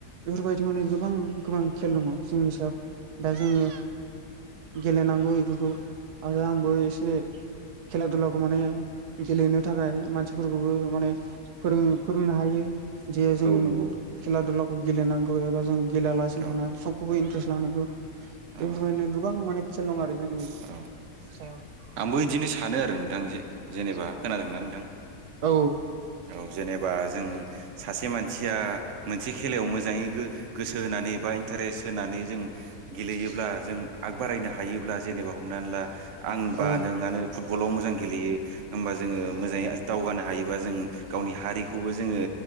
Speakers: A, on the right; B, on the right.
A: बेफोरबायदि माने गोबां गोबां खेल दङ जोंनि सायाव दा जोङो गेलेनांगौ बेफोरखौ आरो आंबो एसे खेला दुलाखौ माने गेलेनो थाखाय मानसिफोरखौबो माने फोरों फोरोंनो हायो जे जोंनि
B: नंगौ
A: खेला दुला खौ गेलेनांगौ एबा जों गेलेलासिनो
B: औ
A: थाना सबखौबो इन्टारेस्ट लानांगौ बेफोरबायनो
B: औ
A: गोबां माने <unintelligible> आरो जोंनि
B: औ
A: सायाव
B: आंबो बिदिनो सानो आरो नोंथां जेनेबा खोनादोंना नोंथां
A: औ
B: औ जेनेबा जों सासे मानसिया मोनसे खेलायाव मोजाङै गो-गोसो होना नै बा इन्टारेस्ट होनानै जों गेलेयोब्ला जों आग बारायनो हायोब्ला जेनेबा हमनानै ला आंबा
A: औ
B: नोंआनो फुटबलाव मोजां गेलेयो होमबा जोङो मोजाङै दावगानो हायोबा जों गावनि हारिखौबो जोङो